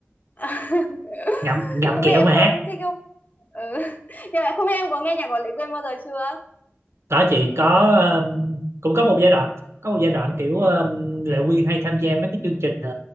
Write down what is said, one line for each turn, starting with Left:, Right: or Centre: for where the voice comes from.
Left: <laughs>
Right: ngậm ngậm
Left: Không
Right: kẹo
Left: biết em
Right: mà
Left: có
Right: ha.
Left: thích không? Ừ. Nhưng mà không biết em có nghe nhạc của Lệ Quyên bao giờ chưa?
Right: Có chị có um, cũng có một giai đoạn có một giai đoạn kiểu
Left: Ừ,
Right: um, Lệ Quyên hay tham gia mấy cái chương trình ờ,